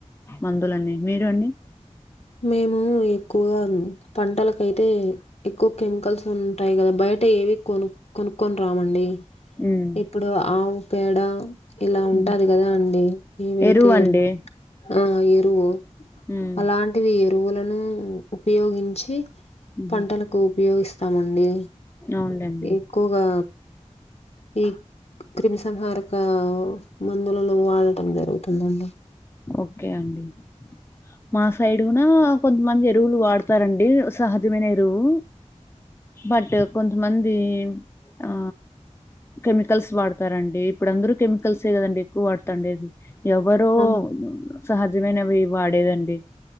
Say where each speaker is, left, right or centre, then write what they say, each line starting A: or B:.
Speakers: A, on the left; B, on the left.
A: మందులన్నీ మీరు అండి
B: మేము ఎక్కువగా పంటలకయితే ఎక్కువ కెమికల్స్ ఉంటాయి కదా బయ బయట ఏవి కొను కొనుక్కొని రామండి
A: ఉమ్,
B: ఇప్పుడు ఆవు పేడ ఇలా ఉంటది
A: ఉమ్.
B: కదా అండి ఏమైతే
A: ఎరువు అండి
B: ఆ ఎరువు
A: ఉమ్
B: అలాంటివి ఎరువులను ఉపయోగించి
A: ఉమ్.
B: పంటలకు ఉపయోగిస్తామం అండి
A: అవునులేండి
B: ఎకువగా ఈ క్రిమిసంహారక మందులను వాడటం జరుగుతుందండి
A: ఓకే అండి మా సైడ్న కొంతమంది ఎరువులు వాడుత చెస్తారండి సహజమైన ఎరువు బట్ కొంతమంది ఆ కెమికల్స్ వాడతారండి ఇప్పుడు అందరు కెమికల్సే కదండి ఎక్కువ వాడతాఉండేది ఎవరో
B: అవును.
A: సహజమైనవి వాడేదండి